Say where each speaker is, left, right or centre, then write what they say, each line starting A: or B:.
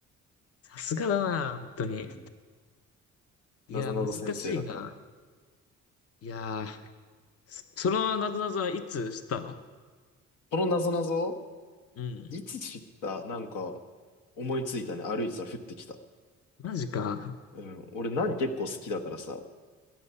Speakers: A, on the left (about 50°); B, on the left (about 85°).
A: さすがだな、本当に。
B: うん。
A: いや、
B: なぞなぞ先生だから。
A: 難しいな。いやー、そそのなぞなぞはいつ知ったの
B: このなぞなぞ、
A: うん。
B: いつ知ったなんか、思いついたね。歩いてたら降ってきた。
A: マジか。
B: うん。俺、何結構好きだからさ。